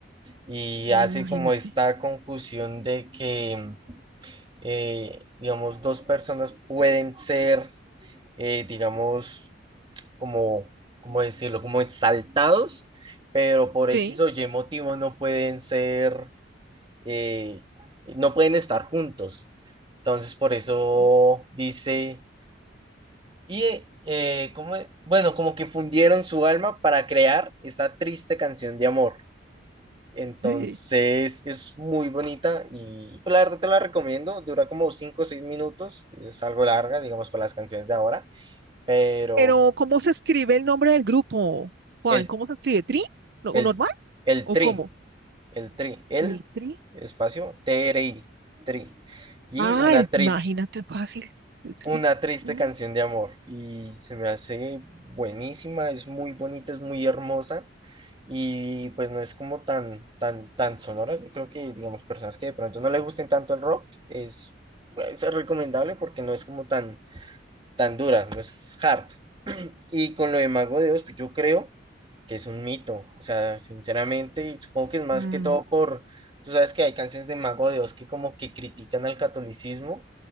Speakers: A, on the right; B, on the right.
A: Y
B: Mm,
A: hace
B: Imagínate.
A: como esta conjunción de que, eh, digamos, dos personas pueden ser eh, digamos, como, ¿cómo decirlo? Como exaltados, pero por X
B: Sí,
A: o Y motivos no pueden ser, eh, no pueden estar juntos. Entonces, por eso
B: sí,
A: dice, y eh, eh, ¿cómo es? Bueno, como que fundieron su alma para crear esta triste canción de amor. Entonces
B: sí.
A: es muy bonita y pues, la verdad te la recomiendo. Dura como 5 o 6 minutos, es algo larga, digamos, para las canciones de ahora, pero
B: Pero, ¿cómo se escribe el nombre del grupo, Juan?
A: el
B: ¿Cómo se escribe? ¿Tri? ¿No-
A: El,
B: ¿Normal?
A: el
B: ¿O
A: tri,
B: cómo?
A: el tri, el
B: El tri.
A: espacio TRI, tri. Y
B: Ah,
A: una
B: el,
A: triste,
B: imagínate fácil. El tri.
A: una triste
B: Mm.
A: canción de amor. Y se me hace buenísima, es muy bonita, es muy hermosa. Y pues no es como tan, tan, tan sonora. Yo creo que, digamos, personas que de pronto no le gusten tanto el rock, es, pues, es recomendable porque no es como tan, tan dura, no es hard. <clears throat> Y con lo de Mago de Oz, pues yo creo que es un mito, o sea, sinceramente, y supongo que es más
B: Mm,
A: que todo por, tú sabes que hay canciones de Mago de Oz que como que critican al catolicismo